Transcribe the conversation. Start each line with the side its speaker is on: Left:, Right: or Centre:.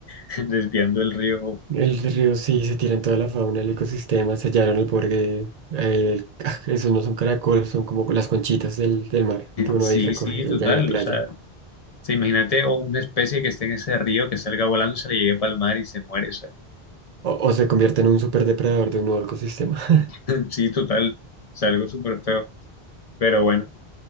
Left: <laughs> desviando el río.
Right: el río sí se tira en toda la fauna, el ecosistema, sellaron el borde. el- <laughs> esos no son caracoles, son como las conchitas del, del mar que uno
Left: Sí,
Right: ahí recoge
Left: sí, total,
Right: allá en la playa.
Left: o sea, sí, imagínate o una especie que esté en ese río que salga volando y se le llegue para el mar y se muere, o sea,
Right: O, o se convierte en un superdepredador de un nuevo ecosistema. <laughs>
Left: <laughs> sí, total. O algo súper feo. Pero bueno,